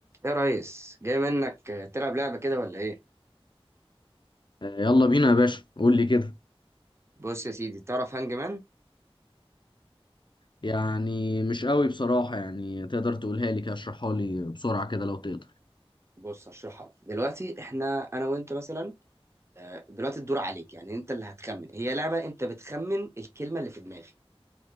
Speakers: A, on the right; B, on the left.
A: يا ريس جاي منك تلعب لعبة كده ولا ايه؟
B: آه، يلا بينا يا باشا قول لي كده
A: بص يا سيدي تعرف هانج مان؟
B: يعني مش قوي بصراحة يعني تقدر تقولها لي كده اشرحها لي بسرعة كده لو تقدر
A: بص هشرحها لك. دلوقتي احنا انا وانت مثلا آه، دلوقتي الدور عليك يعني انت اللي هتخمن هي لعبة انت بتخمن الكلمة اللي في دماغي